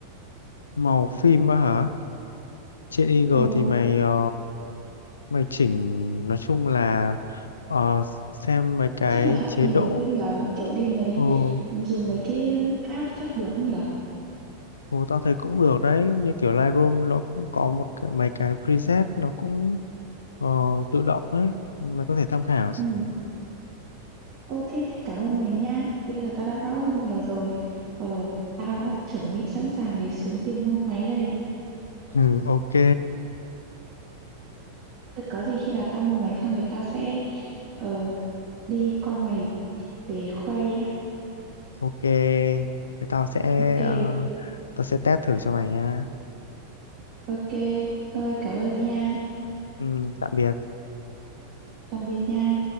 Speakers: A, on the left (about 70°); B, on the right (about 45°).
A: màu phim á hả trên Eagle
B: Ờ
A: thì mày ờ, mày chỉnh nói chung là ờ, xem mấy cái
B: chắc là hậu
A: chế
B: kỳ
A: độ
B: được cái nhờ kiểu đi mấy
A: ừ,
B: dùng mấy cái app chắc được nhờ
A: ừ tao thấy cũng được đấy như kiểu Lightroom nó cũng có một cái, mấy cái preset nó cũng ờ, tự động đấy mày có thể tham khảo
B: ừ. Ô thế cảm ơn mày nha bây giờ tao đã rõ hơn nhiều rồi ờ tao đã chuẩn bị sẵn sàng để xuống tiền mua máy đây
A: ừ ok
B: Thôi có gì khi nào tao mua máy xong thì tao sẽ ờ, đi qua mày để khoe nhá
A: ok thế tao sẽ
B: ok
A: ờ, tao sẽ test thử cho mày nha
B: ok thôi cảm ơn nha
A: ừ, tạm biệt
B: tạm biệt nha